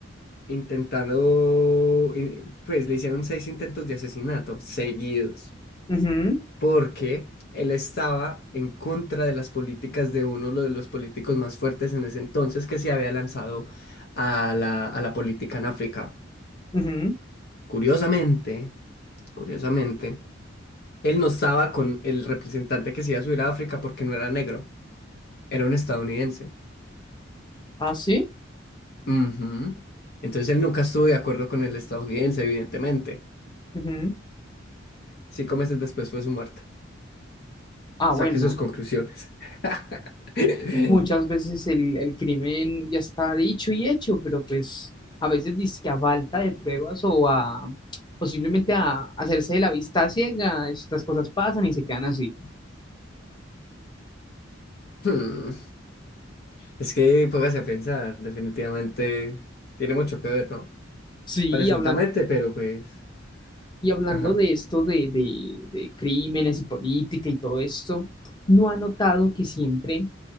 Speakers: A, on the left; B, on the left.
A: intentando, in- pues le hicieron seis intentos de asesinato seguidos,
B: ujú,
A: porque él estaba en contra de las políticas de uno lo de los políticos más fuertes en ese entonces que se había lanzado a la, a la política en África?
B: ujú.
A: Curiosamente, curiosamente. Él no estaba con el representante que se iba a subir a África porque no era negro, era un estadounidense.
B: Ah, sí.
A: Ujú. Entonces él nunca estuvo de acuerdo con el estadounidense, evidentemente.
B: Ujú.
A: Cinco meses después fue su muerte.
B: Ah,
A: Saque
B: bueno.
A: sus conclusiones. <laughs>
B: Muchas veces el, el crimen ya está dicho y hecho, pero pues a veces dizque a falta de pruebas o a o simplemente a hacerse de la vista ciega, estas cosas pasan y se quedan así.
A: Hmm, Es que póngase a pensar, definitivamente tiene mucho que ver, ¿no?
B: Sí,
A: Presuntamente,
B: y hablan,
A: pero pues,
B: y hablando
A: ajá.
B: de esto de, de, de crímenes y política y todo esto, ¿no ha notado que siempre